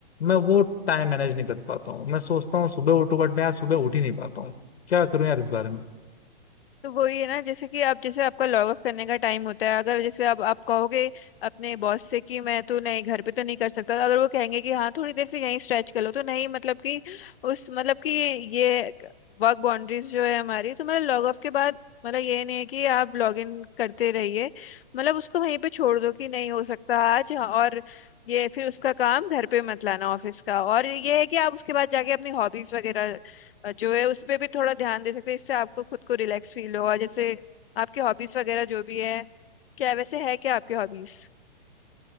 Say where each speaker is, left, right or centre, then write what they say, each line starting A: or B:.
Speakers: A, on the left; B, on the left.
A: मैं वो टाइम मैनेज नहीं कर पाता हूँ मैं सोचता हूँ सुबह उठूं बट मैं आज सुबह उठ ही नहीं पाता हूँ क्या करूं यार इस बारे में
B: तो वही है ना जैसे कि आप जैसे आपका लॉग ऑफ करने का टाइम होता है अगर जैसे आप आप कहोगे अपने बॉस से कि मैं तो नहीं घर पे तो नहीं कर सकता अगर वो कहेंगे कि हाँ थोड़ी देर फिर यहीं स्ट्रेच कर लो तो नहीं मतलब कि उस मतलब कि ये वर्क बाउंड्रीज जो है हमारी तो मतलब लॉग ऑफ के बाद मतलब ये नहीं है कि आप लॉग इन करते रहिए मतलब उसको वहीं पे छोड़ दो कि नहीं हो सकता आज हाँ, और ये फिर उसका काम घर पे मत लाना ऑफिस का और ये है कि आप उसके बाद जाके अपनी हॉबीज वगैरह अ, जो है उस पे भी थोड़ा ध्यान दे सकते हैं इससे आपको खुद को रिलैक्स फील होगा जैसे आपकी हॉबीज वगैरह जो भी है क्या वैसे है क्या आपकी हॉबीज